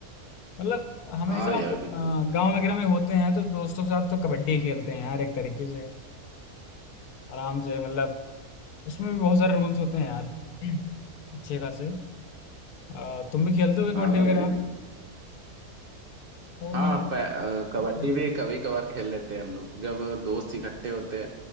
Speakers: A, on the left; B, on the right.
A: मतलब हमेशा
B: हाँ यार
A: हम लोग
B: बिल्कुल
A: गाँव वगैरह में होते हैं तो दोस्तों के साथ तो कबड्डी ही खेलते हैं यार एक तरीके से आराम से मतलब उसमें भी बहुत सारे रूल्स होते हैं यार अच्छे खासे अ, तुम भी खेलते हो कबड्डी
B: हाँ
A: वगैरह
B: भाई
A: वो
B: हाँ
A: नहीं
B: पै- अ,
A: सबके
B: कबड्डी
A: नहीं।
B: भी कभी कभार खेल लेते हैं हम लोग जब दोस्त इकट्ठे होते हैं